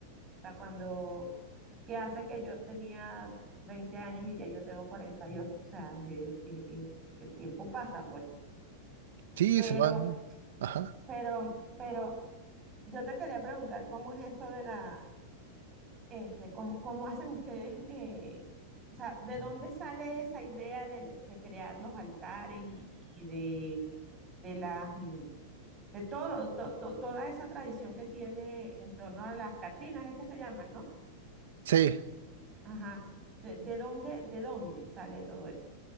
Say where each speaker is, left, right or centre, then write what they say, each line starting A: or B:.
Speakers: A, on the right; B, on the right.
A: O sea, cuando... que hace que yo tenía 20 años y ya yo tengo cuarenta y ocho o sea, es- es- es- es- el tiempo pasa, pues.
B: Sí,
A: Pero,
B: se va. ¿no? Ajá.
A: pero, pero Yo te quería preguntar cómo es eso de la, este, cómo, cómo hacen ustedes, eh, o sea, ¿de dónde sale esa idea de, de crear los altares y, y de, de las, mm, de todo, to- to- toda esa tradición que tiene en torno a las Catrinas, es que se llaman, ¿no?
B: Sí,
A: Ajá. ¿De, de dónde, de dónde sale todo eso?